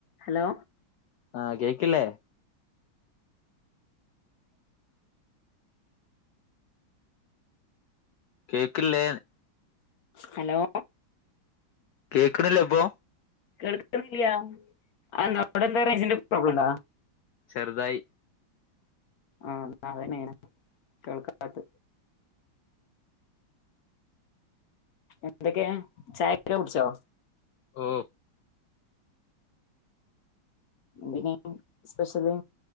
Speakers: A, on the left (about 55°); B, on the left (about 80°).
A: ഹലോ
B: ആഹ് കേക്ക്ല്ലേ. കേക്ക്ല്ലേന്ന്.
A: ഹലോ
B: കേക്ക്ണില്ലേ ഇപ്പൊ.
A: കേൾക്ക്ണില്ല ആവിടെന്താ റൈഞ്ചിന്റെ പ്രോബ്ലംണ്ടാ?
B: ചെറുതായി.
A: ആ അതന്നെങ്ങനെ കേൾക്കാത്ത. എന്തൊക്കെ ചായക്കെ കുടിച്ചോ?
B: ഓ
A: എന്തേനി സ്പെഷ്യല്